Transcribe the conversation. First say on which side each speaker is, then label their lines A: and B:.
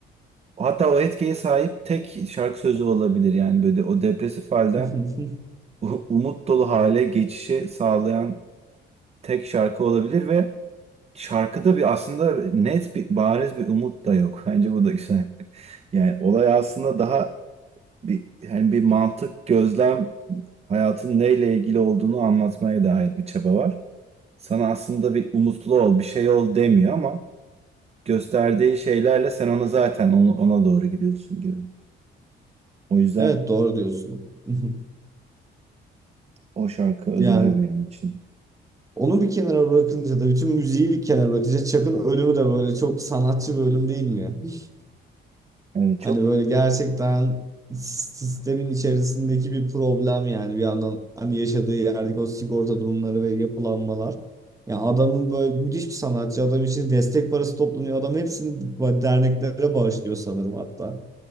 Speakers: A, on the right; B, on the right.
A: hatta o etkiye sahip tek şarkı sözü olabilir yani böyle o depresif halden
B: <laughs>
A: u- umut dolu hale geçişi sağlayan tek şarkı olabilir ve şarkıda bir aslında net bir bariz bir umut da yok. Bence bu da güzel. <laughs> Yani olay aslında daha bir hani bir mantık, gözlem, hayatın neyle ilgili olduğunu anlatmaya dair bir çaba var. Sana aslında bir umutlu ol, bir şey ol demiyor ama gösterdiği şeylerle sen ona zaten onu, ona doğru gidiyorsun gibi. O yüzden
B: Evet doğru diyorsun. <laughs>
A: o şarkı özel
B: Yani
A: benim için.
B: Onu bir kenara bırakınca da bütün müziği bir kenara bırakınca Chuck'ın ölümü de böyle çok sanatçı bir ölüm değil mi ya? <laughs>
A: Yani çok
B: Hani böyle gerçekten sis- sistemin içerisindeki bir problem yani bir yandan hani yaşadığı yerdeki o sigorta durumları ve yapılanmalar. Ya adamın böyle müthiş bir sanatçı adam için destek parası toplanıyor. Adam hepsini böyle derneklere bağışlıyor sanırım hatta.